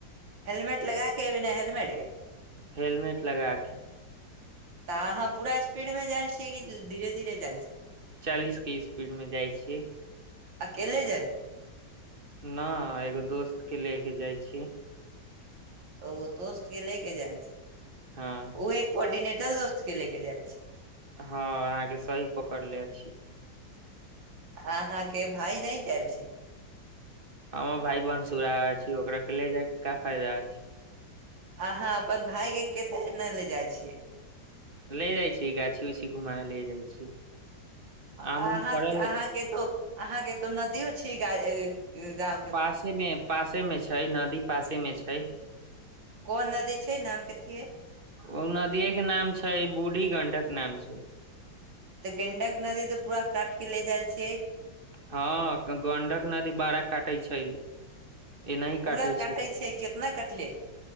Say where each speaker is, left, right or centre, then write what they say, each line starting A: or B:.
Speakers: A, on the right; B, on the right.
A: हेलमेट लगा के बिना हेलमेट के
B: हेलमेट लगा के
A: त आहाँ पूरा स्पीड में जाइल छियै कि धीरे धीरे जाइल छै
B: चालीस के स्पीड में जाइ छीयै
A: आकेले जयबे
B: न एगो दोस्त के ले के जाइ छी
A: ओ दोस्त के लैके जाइ छै
B: हाँ
A: ओ एक कोर्डनेटर दोस्त के लेके जाय छी
B: हँ अहाँके सही पकड़ले अछि
A: आहाँ के भाय नहि जायल छी
B: हमर भााय बनसूरा अछि ओकरा के ले जाय के का फायदा अछि
A: अहाँ अपन भााय के कते ने ले जाइ छियै
B: ले जाइ छी गाछी उछी घुमा ले जाइ छी
A: अह
B: आम उम फड़ल
A: अहाँके तो अहाँके तो नदियो छै गांव
B: पासे मे पासे मे छै नदी पासे मे छै
A: कोन नदी छै नाम कथि हैय
B: ओ नदिय के नाम छै बूढ़ी गंडक नाम छै
A: तऽ गेंडक नदी तऽ पूरा काट के ले जाय छियै
B: हँ गंडक नदी बारा काटे छै एनाही
A: पूरा
B: काटे
A: कटै छै केितना कटले